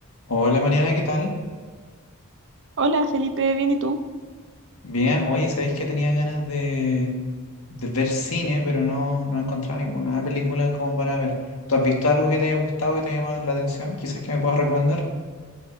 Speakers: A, on the left; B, on the right.
A: Hola Mariana, ¿qué tal?
B: Hola Felipe, bien, ¿y tú?
A: Bien, oye, sabéis que tenía ganas de, de ver cine, pero no, no he encontrado ninguna película como para ver. ¿Tú has visto algo que te haya gustado, que te haya llamado la atención? Quizás que me puedas recomendar.